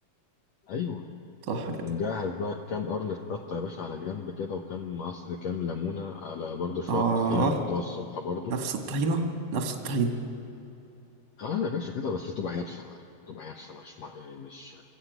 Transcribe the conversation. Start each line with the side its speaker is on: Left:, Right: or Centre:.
Left: ايوه
Right: صح كده
Left: ومجهز بقى كام قرن شطه يا باشا على جنب كده وكام عص... كام ليمونه على برضو شويه
Right: اه
Left: طحينه من بتوع الصبح برضو
Right: نفس الطحينة نفس الطحينة
Left: اه يا باشا كده بس تبقى يابسه بقى تبقى يابسه مش مع- يعني مش